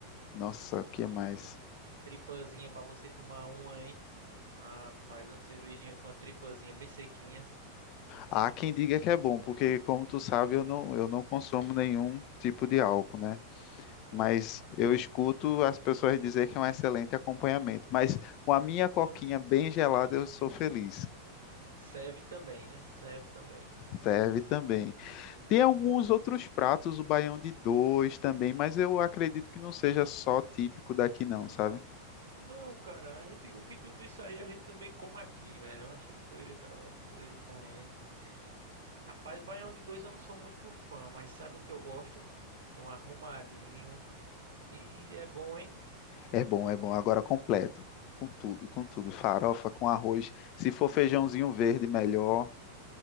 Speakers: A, on the left; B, on the right.
A: nossa, o que mais?
B: Tripazinha pra você tomar uma, hein? Rapaz, uma cervejinha com a tripazinha bem sequinha.
A: Há quem diga que é bom, porque como tu sabe, eu não, eu não consumo nenhum tipo de álcool, né?
B: Ah,
A: Mas eu escuto as pessoas dizer que é um excelente acompanhamento. Mas com a minha coquinha bem gelada, eu sou feliz.
B: serve também, né? Serve também.
A: Serve também. Tem alguns outros pratos, o baião de dois também, mas eu acredito que não seja só típico daqui, não, sabe?
B: Não, cara, a gente, o que tudo isso aí a gente também come aqui, velho. Eu achei que poderia ter alguma coisa diferente. Rapaz, baião de dois eu não sou muito fã, mas sabe o que eu gosto? Um arrumadinho. E é bom, hein?
A: É bom, é bom. Agora completo. Com tudo, com tudo. Farofa, com arroz. Se for feijãozinho verde, melhor.